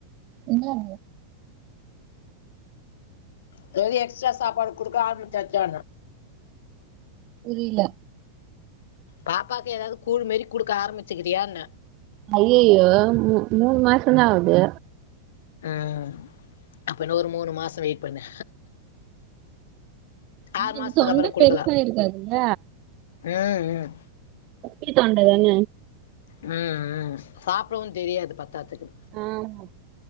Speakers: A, on the right; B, on the left.
A: என்னது
B: அதாவது எக்ஸ்ட்ரா சாப்பாடு குடுக்க ஆரம்பிச்சாச்சா
A: புரியல
B: பாப்பாவுக்கு ஏதாவது கூழ் மாரி குடுக்க ஆரம்பிச்சிக்கிறியாண்ண
A: அய்யயோ மூணு மாசந்தா ஆகுது
B: உம் அப்ப இன்னும் ஒரு மூணு மாசம் வெயிட் பண்ணு ஆறு
A: அ
B: மாசத்துக்கு
A: தொண்டை
B: அப்புறம் குடுக்கலாம்
A: பெருசா இருக்காதுல்ல
B: ம் ம்
A: பி தாண்டதான
B: உம் உம் சாப்டன்னனு தெரியாது பத்தாதுக்கு
A: ஆமா